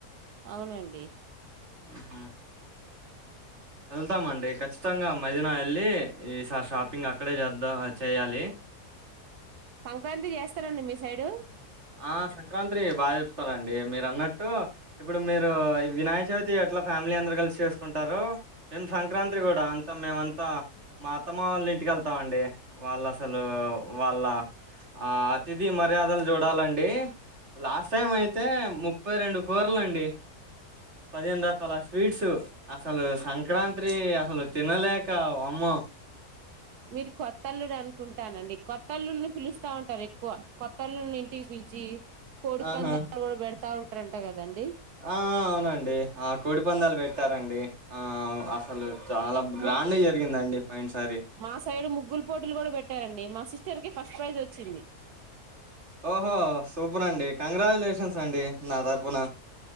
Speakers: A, on the right; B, on the right.
A: అవునండి
B: ఆహా వెళ్తామండి ఖచ్చితంగా మదీనా వెళ్ళి ఈసారి షాపింగ్ అక్కడే చేద్దా చేయాలి
A: సంక్రాంతి చేస్తారండి మీ సైడు
B: ఆ సంక్రాంతి బాగా చెప్తారుండి మీరు అన్నట్టు ఇప్పుడు మీరు వినాయక చవితి అట్లా ఫ ఫ్యామిలీ అందరు కలిసి చేసుకుంటారు మేం సంక్రాంతి కూడా అంత మేమంతా మా అత్తమ్మ వాళ్ళ ఇంటికి వెళ్తాం అండి వాళ్ళు అసలు వాళ్ళ ఆ అతిథి మర్యాదలు చడ చడాలండి లాస్ట్ టైం అయితే ముప్పై రెండు కూరలుండి పదిహేను రకాల స్వీట్స్ అసలు సంక్రాంతి అసలు తినలేక అమ్మ ఆ
A: మీరు కొత్తల్లుడు అనుకుంటానండి కొత్త అల్లుల్ని పిలుస్తా ఉంటారు ఎక్కువ కొత్తళ్లు టి పిలిచి కోడి
B: ఆహా
A: పందారు కూడా పెడతా ఉంటారంట కదండి
B: ఆ అవునండి ఆ కోడి పందాలు పెట్టారండి ఆ అసలు గ్రైండ్
A: ముగ్
B: గా జరిగిందండి పోయినసారి
A: మా సైడు ముగ్గులు పోటీలు కూడా పెట్టారండి మా సిస్టర్ కి ఫస్ట్ ప్రైజ్ వచ్చింది
B: ఓహో సూపర్ అండి కంగ్రాచ్యులేషన్స్ అండి నా తరుపున